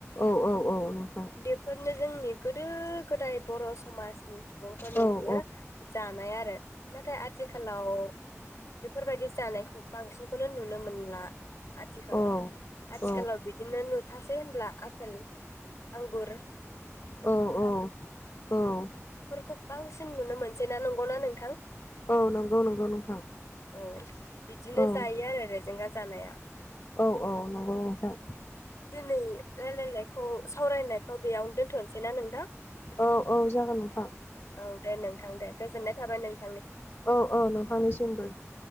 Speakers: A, on the left; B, on the left.
A: औ औ औ नोंथां।
B: बेफोरनो जोंनि गोदो गोदाय बर' समाज सुबुंफोरनि
A: औ औ
B: बियो
A: औ
B: जानाय आरो नाथाय आथिखालाव बेफोरबायदि जानायखौ बांसिनखौनो नुनो मोनला। आथिखालाव
A: औ
B: आथिखालाव
A: औ
B: बिदिनो नु थासै होनब्ला आपेल आंगुर
A: औ औ औ
B: <unintelligible> खौ बांसिन नुनो मोनसैना नंगौना नोंथां?
A: औ नंगौ नंगौ नोंथां।
B: औ। बिदिनो
A: औ
B: जायो आरो रेजेंगा जानाया।
A: औ औ नंगौ नोंथां।
B: दिनै रायलायनायखौ सावरायनायखौ बेयावनो दोनथ'नोसैना नोंथां?
A: औ औ जागोन नोंथ
B: औ दे नोंथां दे। गोजोन्नाय थाबाय नों
A: औ औ नोंथांनिसिमबो।